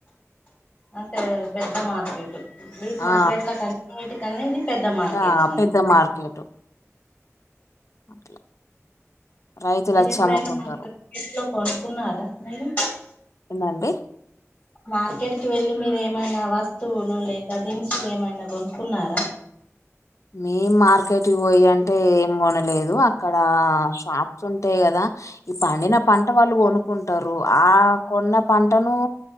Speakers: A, on the left; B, on the left.
A: అంటే పెద్ద మార్కెట్ బీట్
B: ఆ
A: మార్కెట్లకు అన్నిటికన్నా ఇది పెద్ద మార్కెట్
B: ఆ
A: అన్నట్టు
B: పెద్ద మార్కెట్ అట్లా రైతులు
A: మీరు
B: వచ్చి
A: ఎప్పుడైనా
B: అమ్ముకుంటారు
A: <unintelligible> కొనుక్కున్నారా మీరు
B: ఏందండి
A: మార్కెట్ కి వెళ్ళి మీరు ఏమైనా వస్తువులు లేక దినుసులు ఏమైనా కొనుక్కున్నారా
B: మేం మార్కెట్టుకు పొయ్యి అంటే ఏం కొనలేదు అక్కడ షాప్స్ ఉంటాయి కదా ఈ పండిన పంట వాళ్ళు కొనుక్కుంటారు ఆ కొన్న పంటను